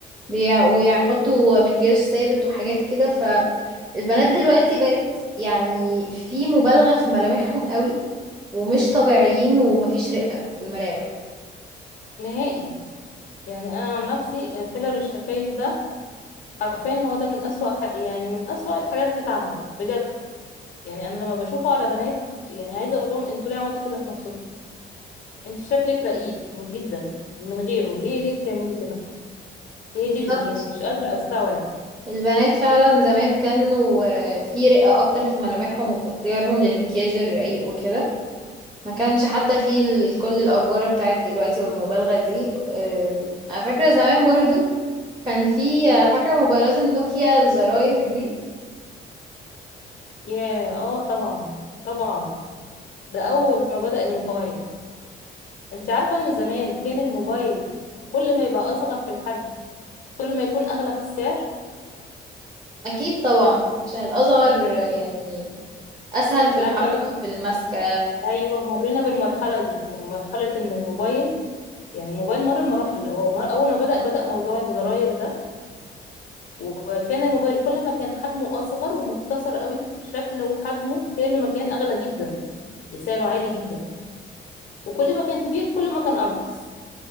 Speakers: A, on the right (about 20°); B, on the left (about 60°).
A: وبيع- ويحطوا مكياج ثابت وحاجات كده فالبنات دلوقتي بقت يعني في مبالغة في ملامحهم قوي ومش طبيعيين ومفيش رقة في الملامح
B: نهائي يعني انا عن نفسي آه، فيلر الشفايف ده حرفيا هو ده من اسوأ ح- يعني من اسوأ الحاجات اللي اتعملت بجد يعني انا لما بشوفه على بنات يعني عايزه اقول لهم انتوا ليه عملتوا كده في نفسكم انت شكلك رقيق جدا من غيره ليه ليه بتعملي كده هي
A: بالظبط
B: دي يعني مش قادره استوعب
A: البنات فعلا زمان كانوا آه، في رقة أكتر في ملامحهم وفي اختيارهم للمكياج الرقيق وكده ما كانش حتى في ال- كل الأفوارة بتاعت دلوقتي والمبالغة دي آم، أنا فاكرة زمان برضو كان في آه، فاكرة موبايلات النوكيا الزراير دي
B: ياه اه طبعا طبعا ده اول ما بدأ الموبايل انت عارفة ان زمان كان الموبايل كل ما يبقى اصغر في الحجم كل ما يكون اغلى في السعر
A: أكيد طبعا عشان الأصغر آه، يعني أسهل في الحركة
B: عارفة ان احنا
A: في المسكة
B: ايوه مرينا بالمرحلة دي يعني مرحلة ان الموبايل يعني الموبايل مر بمراحل هو مر... اول ما بدأ بدأ موضوع الزراير ده وكان الموبايل كل ما كان حجمه اصغر ومختصر قوي في شكله وحجمه كل ما كان اغلى جدا يعني سعره عالي جدا وكل ما كان كبير كل ما كان ارخص